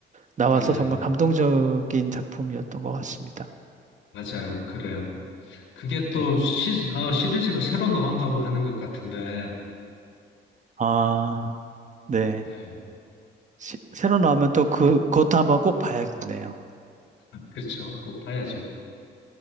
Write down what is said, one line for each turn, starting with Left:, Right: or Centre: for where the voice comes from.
Right: 나와서
Left: 네,
Right: 정말 감동적인 작품이었던 것 같습니다.
Left: 맞아요. 그래요. 그게 또
Right: 네.
Left: 시, 어, 시리즈가 새로 나온다고 하는 것 같은데,
Right: 아, 네.
Left: 네,
Right: 시- 새로 나오면 또 그, 그것도 한번 꼭 봐야겠네요.
Left: 그렇죠. 꼭 봐야죠.
Right: 네.